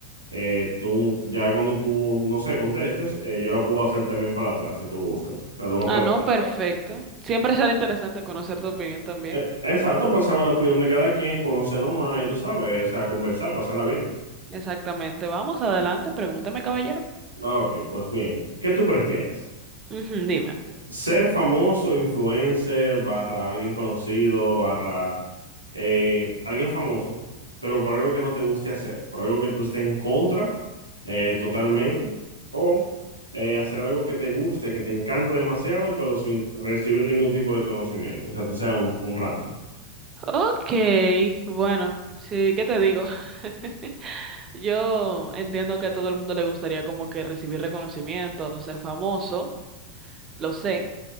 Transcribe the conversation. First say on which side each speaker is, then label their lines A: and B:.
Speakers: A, on the right (about 80°); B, on the right (about 30°).
A: eh, tú ya cuando tú, no sé, contestes, eh, yo la puedo hacer también para atrás si tú gustas. O sea, tú me
B: Ah,
A: puedes
B: no,
A: preguntar.
B: perfecto. Siempre <laughs> será interesante conocer tu opinión también.
A: Eh, exacto, para saber la opinión de cada quien, conocernos más y tú sabes, o sea, conversar, pasarla bien.
B: Exactamente. Vamos adelante. Pregúntame, caballero.
A: Ah, Ok, pues bien. ¿Qué tú prefieres?
B: Ujú, dime.
A: Ser famoso, influencer, barra alguien conocido, barra eh, alguien famoso, pero por algo que no te guste hacer, por algo que tú estés en contra eh, totalmente, o eh, hacer algo que te guste, que te encante demasiado, pero sin recibir ningún tipo de conocimiento, o sea, tú seas un, un random.
B: Ok, bueno, sí, ¿qué te digo? <laughs> Yo entiendo que a todo el mundo le gustaría como que recibir reconocimiento o ser famoso. Lo sé.